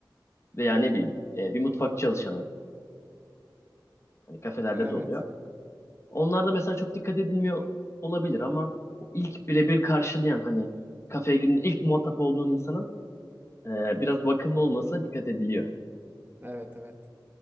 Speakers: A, on the left; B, on the right.
A: Veya ne bileyim e, bir mutfak çalışanı hani kafelerde
B: Evet.
A: de oluyor. Onlar da mesela çok dikkat edilmiyor olabilir ama o ilk birebir karşılayan hani kafeye girdiğinde ilk muhatap olduğun insanın e, biraz bakımlı olmasına dikkat ediliyor.
B: Evet evet.